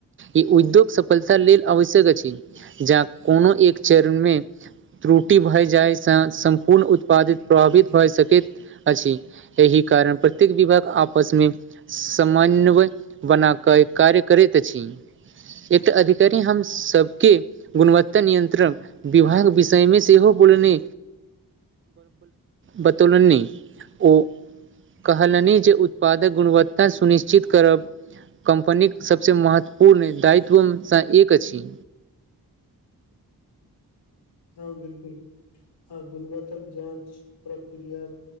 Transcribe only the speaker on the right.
ई उद्योग सफलता लेल आवश्यक अछि जा कोनो एक चरण मे त्रुटि भए जायसँ सम्पूर्ण उत्पादित प्रभावित भए सकैत अछि एहि कारण प्रत्येक विभाग आपसमे समन्वय बना कऽ कार्य करैत अछि एकटा अधिकारी हम सबके गुणवत्ता नियंत्रण। विवाहक विषयमे सेहो बोलननी बतौ लनि नहि ओ <unintelligible> कहलनि जे उत्पादक गुणवत्ता सुनिश्चित करब। कम्पनीक सभसँ महत्वपूर्ण दायित्वसँ एक अछि